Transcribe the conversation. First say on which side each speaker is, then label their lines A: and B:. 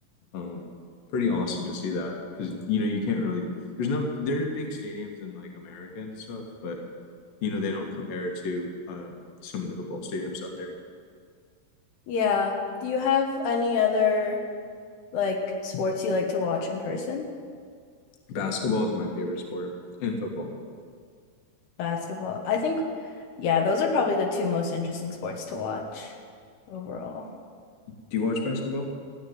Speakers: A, on the left; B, on the left.
A: um, pretty awesome to see that because you know you can't really there's no there's big stadiums in like America and stuff, but you know they don't compare to um, some of the football stadiums out there.
B: Yeah. Do you have any other like sports you like to watch in person?
A: Basketball is my favorite sport, and football.
B: Basketball. I think, yeah, those are probably the two most interesting sports to watch overall.
A: Do you watch basketball?